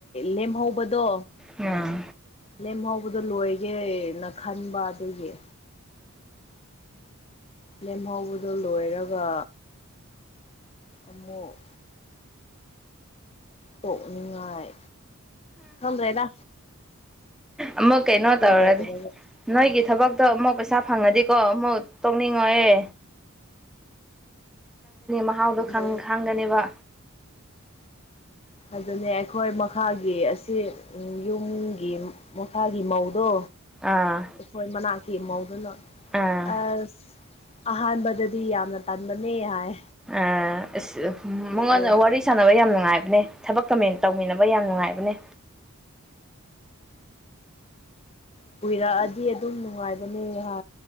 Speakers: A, on the left; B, in the centre.
A: ꯂꯦꯝꯍꯧꯕꯗꯣ
B: ꯑꯥ
A: ꯂꯦꯝꯍꯧꯕꯗꯣ ꯂꯣꯏꯒꯦꯅ ꯈꯟꯕ ꯑꯗꯨꯒꯤ ꯂꯦꯝꯍꯧꯕꯗꯣ ꯂꯣꯏꯔꯒ ꯑꯃꯨꯛ ꯇꯣꯛꯅꯤꯡꯉꯥꯏ ꯈꯪꯗꯔꯦꯗ
B: ꯑꯃꯨꯛ ꯀꯩꯅꯣ ꯇꯧꯔꯗꯤ
A: ꯂꯩꯇꯕꯒꯨꯝ
B: ꯅꯣꯏꯒꯤ ꯊꯕꯛꯇꯣ ꯑꯃꯨꯛ ꯄꯩꯁꯥ ꯐꯪꯉꯗꯤ ꯀꯣ ꯃꯨꯛ ꯇꯧꯅꯤꯡꯉꯣꯏꯌꯦ ꯃꯍꯥꯎꯗꯣ
A: ꯗ
B: ꯈꯪꯒꯅꯦꯕ
A: ꯑꯗꯨꯅꯦ ꯃꯣꯏ ꯃꯈꯥꯒꯤ ꯑꯁꯤ ꯌꯨꯝꯒꯤ ꯃꯈꯥꯒꯤ ꯃꯧꯗꯣ
B: ꯑꯥ
A: ꯑꯩꯈꯣꯏ ꯃꯅꯥꯛꯀꯤ ꯃꯧꯗꯨꯅ
B: ꯑꯥ
A: ꯑꯁ ꯑꯍꯥꯟꯕꯗ ꯗꯤ ꯌꯥꯝꯅ ꯇꯟꯕꯅꯦ ꯍꯥꯏ
B: ꯑ ꯑꯁ
A: ꯑꯗꯨꯕꯨ
B: ꯃꯉꯣꯟꯗ ꯋꯥꯔꯤ ꯁꯥꯟꯅꯕ ꯌꯥꯝ ꯅꯨꯡꯉꯥꯏꯕꯅꯦ ꯊꯕꯛ ꯀꯃꯦꯟ ꯇꯧꯃꯤꯟꯅꯕ ꯌꯥꯝ ꯅꯨꯡꯉꯥꯏꯕꯅꯦ
A: ꯀꯨꯏꯔꯛꯑꯗꯤ ꯑꯗꯨꯝ ꯅꯨꯡꯉꯥꯏꯕꯅꯦꯍ